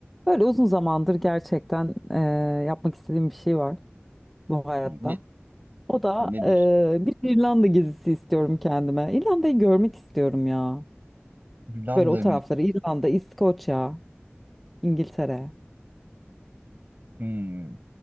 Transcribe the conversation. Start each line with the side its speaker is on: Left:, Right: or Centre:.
Centre: Böyle uzun zamandır gerçekten e, yapmak istediğim bir şey var bu hayatta.
Right: Ne,
Centre: O da
Right: nedir?
Centre: e, bir İrlanda gezisi istiyorum kendime. İrlanda'yı görmek istiyorum ya.
Right: Hollanda
Centre: Böyle o tarafları İrlanda, İskoçya, İngiltere.
Right: hmm.